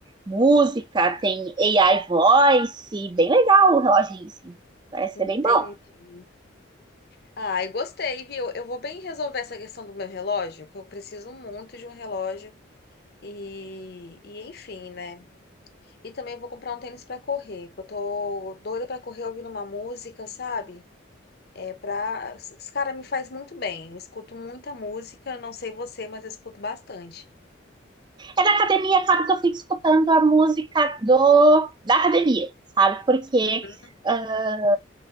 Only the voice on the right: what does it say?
música, tem AI voice, bem legal o reloginho, assim. Parece ser
bem bom.
É da academia, acaba que eu fico escutando a música do, da academia, sabe? Porque
uh,